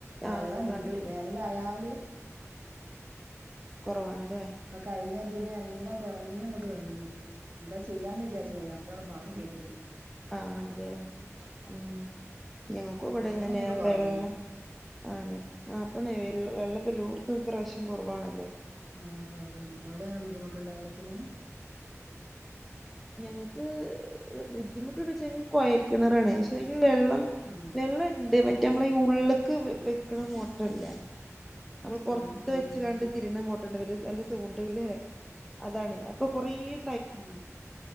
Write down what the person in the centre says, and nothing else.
ആ സുഖാണ്
കൊറവാണ്, ലെ.
ആ, ആണ്, ലെ, മ്മ്, ഞങ്ങക്കുവടെ,
ഇങ്ങനെ,
വെള്ളം ആണ്, ആപ്പൊ, നെ, എ, എല്ലോ, വെള്ളപ്പൊ എല്ലോടത്തും, പ്രാവിശ്യം കൊറവാണല്ലോ.
ഞങ്ങക്ക്, ഇ, <unintelligible> ബുദ്ധിമുട്ട്ണ്ടോയ്ച്ചാ--കോയൽകിണറാണ്, ഷയില് വെള്ളം,
വെള്ളണ്ട്, മറ്റേ, മ്മളെ ഇ, ഉള്ള്ക്ക്, വെ, വെക്ക്ണ, മോഡലില്ലേ. അമ്മള്,
പൊറത്ത്,
വെച്ച്ങ്ങാണ്ട്, തിരിയ്ണ, മൊ, <unintelligible> നല്ല, സൗണ്ടില്, അതാണെയ്, അപ്പൊ, കൊറേയ്യ്